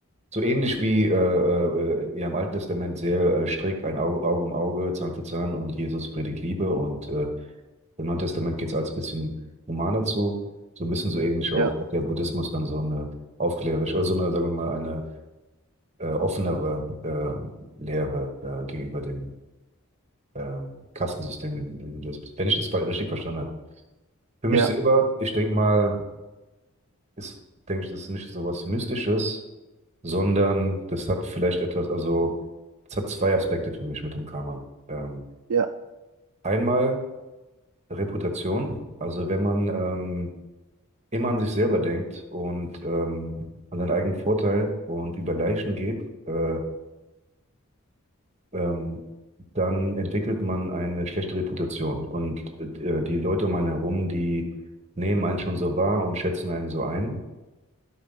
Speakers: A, on the right; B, on the right.
A: so ähnlich wie äh, äh, äh, ja im Alten Testament sehr äh, strikt ein Auge, Auge um Auge, Zahn für Zahn und Jesus predigt Liebe und äh, im Neuen Testament geht es alles ein bisschen humaner zu. So ein bisschen so ähnlich auch
B: Ja,
A: hat der Buddhismus dann so eine aufklärerisch oder so eine, sagen wir mal, eine äh, offenere äh, Lehre äh, gegenüber dem äh, Kastensystem im, im Hinduismus, wenn ich das richtig verstanden habe. Für mich
B: ja,
A: selber, ich denke mal, ist, denke ich, das ist nicht so was Mystisches sondern das hat vielleicht etwas, also es hat zwei Aspekte für mich mit dem Karma. Ähm,
B: ja,
A: einmal Reputation, also wenn man ähm, immer an sich selber denkt und ähm, an seinen eigenen Vorteil und über Leichen geht, äh, ähm, dann entwickelt man eine schlechte Reputation und äh, die Leute um einen herum, die nehmen einen schon so wahr und schätzen einen so ein.